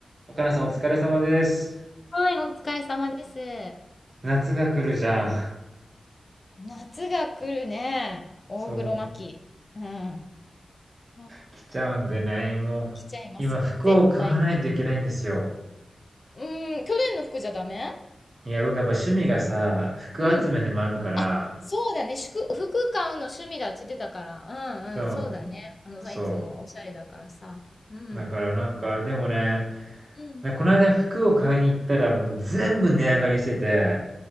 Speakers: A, on the right; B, on the left.
A: 若菜さんお疲れ様です。
B: はい、お疲れ様です。
A: 夏が来るじゃん。
B: 夏が来るね。大黒摩季。
A: そう、
B: うん。夏
A: 来ちゃうんでね、もう、
B: 来ちゃいますよ。
A: 今服を買わないといけないんですよ。
B: 絶対来る。うん。去年の服じゃダメ
A: いや、僕やっぱ趣味がさ、服集めでもあるから、
B: うん。あ、そうだね。服、服買うの趣味だって言ってたから。うんうん。
A: そ
B: そうだね。あのさ、
A: う、そ
B: いつもおしゃれだからさ。うん。
A: う。だからなんか、でもね、
B: うん。
A: なこの間服を買いに行ったらもう全部値上がりしてて、